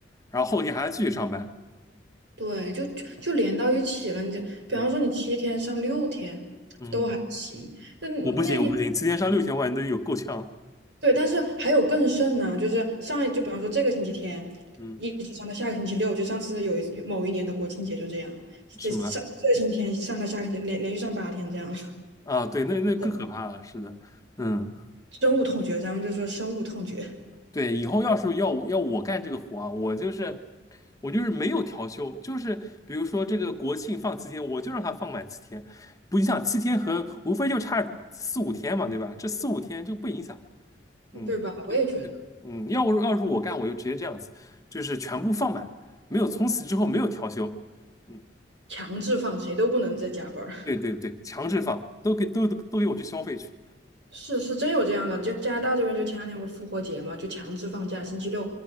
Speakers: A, on the left; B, on the right.
A: 然后后天还要继续上班。
B: 对，就就就连到一起了。你这，比方说你七天上六天都还行，
A: 嗯嗯，
B: 那那
A: 我不行，我不行，今天上六天，我感都有够呛了
B: 对，但是还有更甚呢，就是上一就比方说这个星期天，
A: 嗯，
B: 一直上到下个星期六，就上次有一有某一年的国庆节就这样，
A: 是吗？
B: 这上这个星期天上到下个星期连连续上八天这样了，
A: 啊，对，那那更可怕了，
B: <laughs>
A: 是的，嗯。
B: 深恶痛绝，咱们就说深恶痛绝，
A: 对，以后要是要我要我干这个活啊，我就是我就是没有调休，就是比如说这个国庆放七天，我就让他放满七天，不影响七天和无非就差四五天嘛，对吧？这四五天这个不影响。
B: 嗯对吧？
A: 嗯
B: 我也觉得
A: 嗯，要我要是我干，我就直接这样子，就是全部放满，没有从此之后没有调休。嗯，
B: 强制放谁都不能再加班儿，
A: 对对对，强制放，都给都都都给我去消费去。
B: <laughs> 是是真有这样的，就加拿大这边就前两天不复活节嘛，就强制放假，星期六